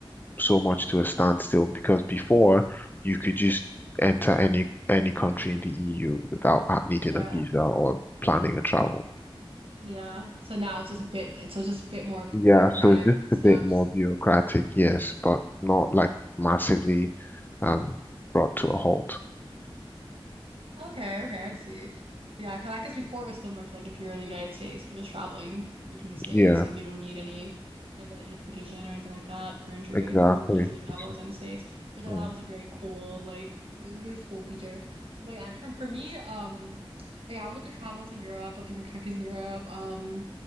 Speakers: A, on the left; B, on the right.
A: so much to a standstill because before you could just enter any any country in the EU without needing
B: Yeah.
A: a visa or planning a travel.
B: Yeah. So now it's just a bit, it's just a bit more bu-
A: Yeah,
B: bureaucratic
A: so it's just
B: steps.
A: a bit more bureaucratic, yes, but not like massively um brought to a halt.
B: Okay, okay, I see. Yeah, because I guess before it was similar to like if you're in the United States and you're just traveling between states,
A: Yeah,
B: like you don't need any type of identification or anything like that for entry.
A: exactly.
B: You can easily travel
A: It's,
B: within the states, which I
A: mm,
B: thought was a very cool, like it was a really cool feature. But yeah, in term for me, um, yeah, I would love to travel to Europe, like different countries in Europe, um,